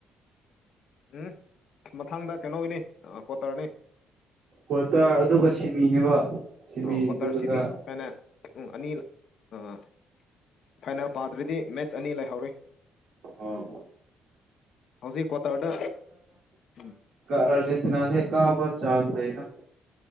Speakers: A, on the left; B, on the right.
A: ꯎꯝ ꯃꯊꯥꯡꯗ ꯀꯩꯅꯣꯒꯤꯅꯤ ꯀꯣꯠꯇꯔꯅꯤ
B: ꯀ꯭ꯋꯥꯇꯔ ꯑꯗꯨꯒ ꯁꯤꯃꯤꯅꯦꯕ ꯁꯤꯃꯤ
A: ꯑ ꯀ꯭ꯋꯥꯇꯔ
B: ꯑꯗꯨꯗꯨꯒ
A: ꯁꯤꯃꯤ ꯀꯅ ꯎꯝ ꯑꯅꯤ ꯑꯥ ꯑ ꯐꯥꯏꯅꯥꯜ ꯄꯥꯗ꯭ꯔꯗꯤ ꯃꯦꯠꯆ ꯑꯅꯤ ꯂꯩꯍꯧꯔꯤꯦ
B: ꯑꯣ
A: ꯍꯧꯖꯤꯛ ꯀꯇꯥ ꯋꯥꯗ ꯎꯝ
B: ꯑꯔꯖꯦꯟꯇꯤꯅꯥꯁꯦ ꯀꯥꯕ ꯆꯥꯁꯗ